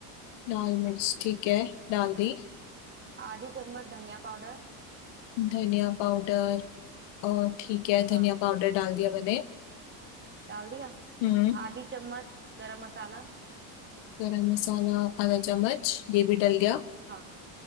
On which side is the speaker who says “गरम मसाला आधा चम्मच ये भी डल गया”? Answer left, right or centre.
Left